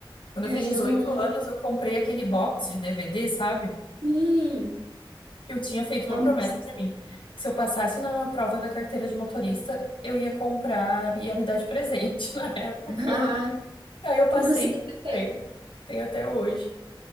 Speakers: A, on the left; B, on the right.
A: Quando
B: é,
A: eu fiz 18
B: eu não.
A: anos, eu comprei aquele box de DVD, sabe?
B: Sim,
A: Que eu tinha feito
B: famoso.
A: uma promessa
B: <laughs>
A: pra mim, que se eu passasse na prova da carteira de motorista, eu ia comprar, ia me dar de presente <laughs> na época.
B: Ah,
A: E Aí eu passei
B: e você
A: e
B: ainda tem?
A: ele, Tem até hoje.